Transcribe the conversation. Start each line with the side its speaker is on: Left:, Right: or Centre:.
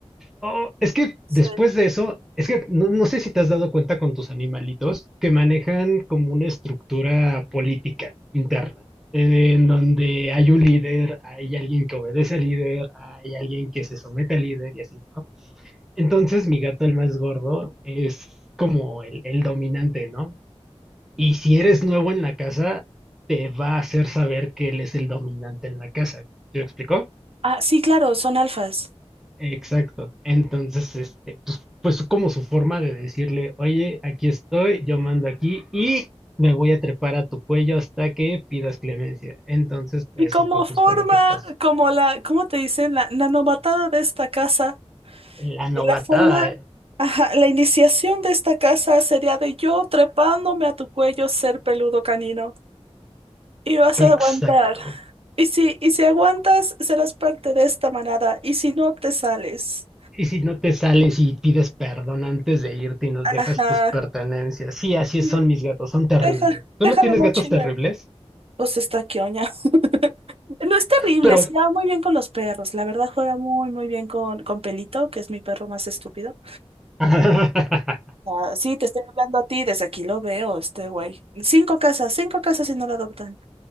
Centre: Oh, es que
Right: Sí.
Centre: después de eso, es que no, no sé si te has dado cuenta con tus animalitos que manejan como una estructura política interna, eh, en donde hay un líder, hay alguien que obedece al líder, hay alguien que se somete al líder y así, ¿no? Entonces mi gato, el más gordo, es como el, el dominante, ¿no? Y si eres nuevo en la casa, te va a hacer saber que él es el dominante en la casa. ¿Se me explicó?
Right: Ah, sí, claro, son alfas.
Centre: Exacto. Entonces, este, pues, pues como su forma de decirle, oye, aquí estoy, yo mando aquí y me voy a trepar a tu cuello hasta que pidas clemencia. Entonces, eso
Right: Y como
Centre: fue justo
Right: forma,
Centre: lo que pasó.
Right: como la, ¿cómo te dicen? La, la novatada de esta casa.
Centre: La novatada.
Right: Y la forma, ajá, la iniciación de esta casa sería de yo trepándome a tu cuello, ser peludo canino. Y vas a
Centre: Exacto.
Right: aguantar. Y si, y si aguantas, serás parte de esta manada. Y si no, te sales.
Centre: Y si no te sales y pides perdón antes de irte y nos dejas
Right: Ajá.
Centre: tus pertenencias. Sí, así
Right: Y
Centre: es, son mis gatos, son terribles.
Right: Deja,
Centre: ¿Tú
Right: deja
Centre: no tienes
Right: la mochila.
Centre: gatos terribles?
Right: Pues está quioña. <laughs> No es terrible,
Centre: Pero...
Right: se lleva muy bien con los perros. La verdad juega muy, muy bien con, con Pelito, que es mi perro más estúpido.
Centre: <laughs>
Right: Ah, sí, te estoy hablando a ti, desde aquí lo veo, este güey. Cinco casas, cinco casas y no lo adoptan.